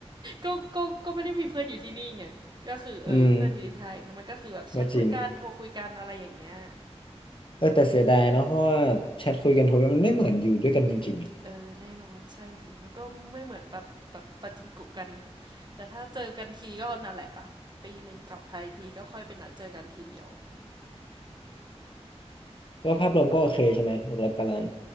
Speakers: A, on the right (about 40°); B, on the left (about 50°).
A: ก็ก็ก็ไม่ได้มีเพื่อนอยู่ที่นี่ไงก็คือเออเพื่อนอยู่ที่ไทยงั้นมันก็คือแบบแชทคุยกันโทรคุยกันอะไรอย่างเงี้ย
B: อืมก็จริงเออแต่เสียดายเนาะเพราะว่าแชทคุยกันโทรมันไม่เหมือนอยู่ด้วยกันจริง
A: เออแน่นอนใช่สิมันก็ไม่เหมือนแบบแบบปาจิงโกะกันแต่ถ้าเจอกันทีก็นั่นแหละอ่ะปีหนึ่งกลับไทยทีก็ค่อยไปนัดเจอกันทีเดียว
B: ๆก็ภาพรวมก็โอเคใช่ไหมหกร้อยปล้าน